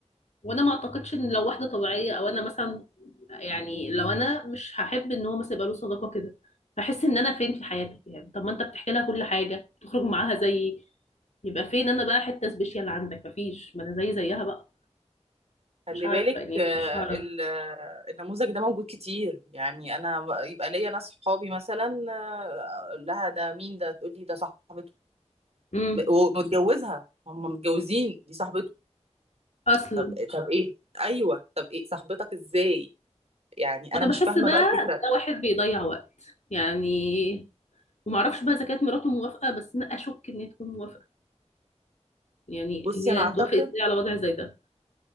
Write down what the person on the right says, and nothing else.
خلي
بالك
آه،
ال- آه، النموذج ده موجود كتير يعني انا ب- يبقى ليا ناس صحابي مثلا آه، اقول لها ده مين ده تقول لي ده صاحبته
ومتجوزها هم متجوزين دي صاحبته
طب طب ايه ايوه طب ايه صاحبتك ازاي يعني
انا مش
فاهمه
بقى الفكره
بصي
انا
اعتقد